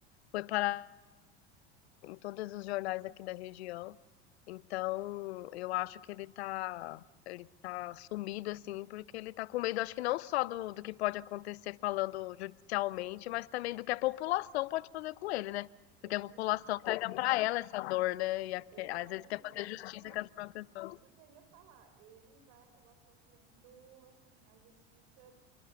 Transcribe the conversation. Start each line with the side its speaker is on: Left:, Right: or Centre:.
Left: Foi parar em todos os jornais aqui da região. Então, eu acho que ele tá, ele tá sumido, assim, porque ele tá com medo, acho que não só do, do que pode acontecer falando judicialmente, mas também do que a população pode fazer com ele, né? Porque a população
Right: Isso,
Left: pega
Right: <laughs> ah,
Left: pra ela essa dor, né? E a-
Right: exatamente,
Left: às vezes quer fazer
Right: isso,
Left: justiça com as próprias mãos.
Right: isso que eu ia falar. Ele vai acabar sofrendo, assim, a justiça